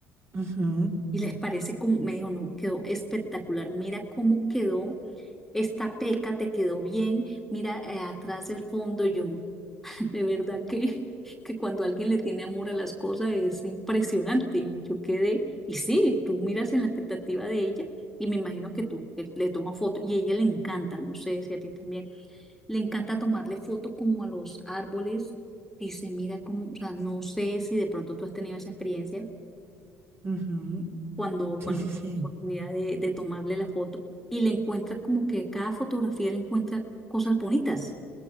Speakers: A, on the right (about 40°); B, in the centre.
A: Ujú,
B: y les parece como, me dijo, no, quedó espectacular, mira cómo quedó esta peca, te quedó bien, mira eh, atrás el fondo, yo, <laughs> de verdad que, que cuando alguien le tiene amor a las cosas es impresionante y yo quedé, y sí, tú miras en la expectativa de ella y me imagino que tú eh, le tomas foto y a ella le encanta, no sé si a ti también le encanta tomarle foto como a los árboles. Dice, mira cómo, o sea, no sé si de pronto tú has tenido esa experiencia
A: ujú.
B: cuando,
A: Sí,
B: cuando
A: sí,
B: tienes
A: sí.
B: la oportunidad de, de tomarle la foto. Y le encuentra como que cada fotografía le encuentra cosas bonitas.